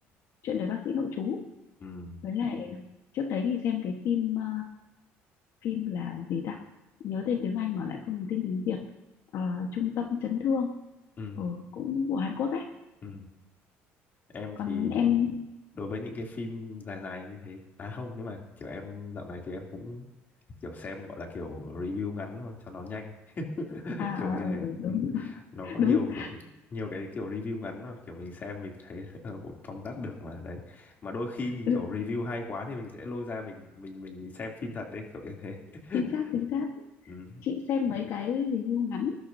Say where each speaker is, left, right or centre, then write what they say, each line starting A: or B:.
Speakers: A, on the left; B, on the left.
A: chuyện đời bác sĩ nội trú
B: ừ,
A: với lại trước đấy thì xem cái phim ờ, phim là gì ta nhớ tên tiếng Anh mà lại không nhớ tên tiếng Việt Ờ, trung tâm chấn thương
B: ừ,
A: Ờ, cũng của Hàn Quốc ấy
B: ừ. Em
A: còn
B: thì
A: em
B: đối với những cái phim dài dài như thế à không nhưng mà kiểu em dạo này thì em cũng kiểu xem gọi là kiểu review ngắn thôi cho nó nhanh <laughs>
A: À,
B: kiểu
A: ờ,
B: như
A: ờ,
B: thế
A: ừ, đúng,
B: ừ.
A: <laughs>
B: nó có nhiều
A: đúng,
B: nhiều cái kiểu review ngắn mà kiểu mình xem mình thấy <laughs> ờ, cũng tóm tắt được mà đấy mà đôi khi như
A: ừ,
B: kiểu review hay quá thì mình sẽ lôi ra mình mình mình xem phim thật đấy kiểu như thế <laughs>
A: chính xác, chính xác.
B: ừ.
A: Chị xem mấy cái review ngắn